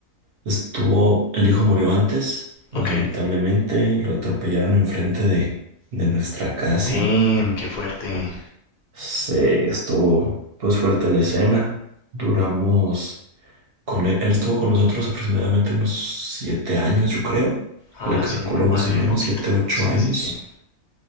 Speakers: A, on the right; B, on the left.
A: estuvo, el hijo murió antes, lamentablemente,
B: Ok.
A: lo atropellaron enfrente de, de nuestra casa.
B: Damn, qué fuerte.
A: Sí, estuvo pues fuerte la escena. Duramos con él, él estuvo con nosotros aproximadamente unos siete años, yo creo.
B: Ah,
A: Le calculo
B: sí, más
A: más o
B: bien
A: menos
B: poquito.
A: siete, ocho
B: Sí,
A: años.
B: sí, sí.